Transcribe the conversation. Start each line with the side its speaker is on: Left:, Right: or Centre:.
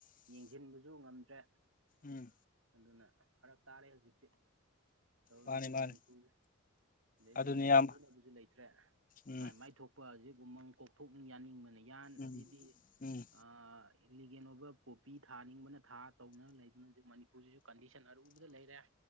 Right: ꯌꯦꯡꯁꯤꯟꯕꯁꯨ ꯉꯝꯗ꯭ꯔꯦ
Left: ꯎꯝ
Right: ꯑꯗꯨꯅ ꯐꯔꯛ ꯇꯥꯔꯦ ꯍꯨꯖꯤꯛꯇꯤ ꯇꯧꯔꯤꯁꯦ
Left: ꯃꯥꯅꯤ ꯃꯥꯅꯤ
Right: ꯃꯅꯤꯄꯨꯔꯁꯦ ꯑꯗꯩꯗꯤ
Left: ꯑꯗꯨꯅꯤ
Right: ꯌꯦꯡꯁꯤꯟꯕꯤꯅꯕꯁꯨ
Left: ꯏꯌꯥꯝꯕ
Right: ꯂꯩꯇ꯭ꯔꯦ
Left: ꯎꯝ
Right: ꯃꯥꯏ ꯃꯥꯏ ꯊꯣꯛꯄ ꯍꯧꯖꯤꯛ ꯎꯃꯪ ꯀꯣꯛꯊꯣꯛꯅꯤꯡ ꯌꯥꯅꯤꯡꯕꯅꯤ ꯌꯥꯟ
Left: ꯎꯝ
Right: ꯑꯗꯩꯩꯏꯗꯤ
Left: ꯎꯝ
Right: ꯑ ꯏꯂꯤꯒꯦꯟ ꯑꯣꯏꯕ ꯄꯣꯄꯤ ꯊꯥꯅꯤꯡꯕꯅ ꯊꯥ ꯇꯧꯅ ꯂꯩꯗꯨꯅ ꯍꯧꯖꯤꯛ ꯃꯅꯤ ꯄꯨꯁꯤꯁꯨ ꯀꯟꯗꯤꯁꯟ ꯑꯔꯨꯕꯗ ꯂꯩꯔꯦ